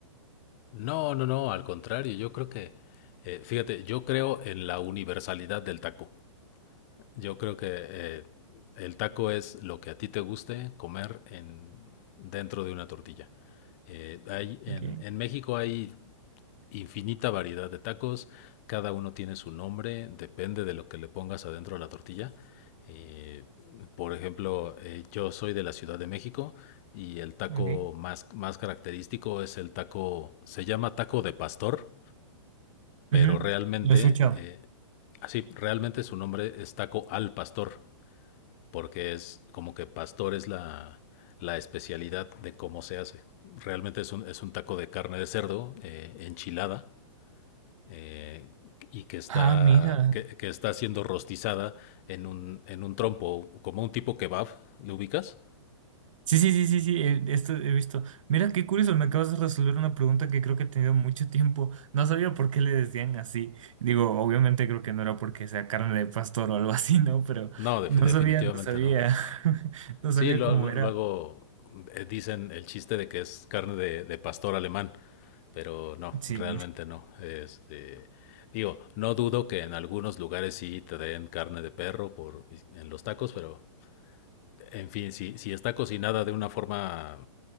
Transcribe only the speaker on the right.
Ok,
ok.
Ujú,
Lo he escuchado.
Ah, mira.
Sí, sí, sí, sí, sí, eh, esto he visto. Mira, qué curioso, me acabas de resolver una pregunta que creo que he tenido mucho tiempo. No sabía por qué le decían así. Digo, obviamente creo que no era porque sea carne de pastor o algo así, ¿no? Pero
no
sabía, no sabía,
<laughs> no
sabía
cómo
era.
Sí,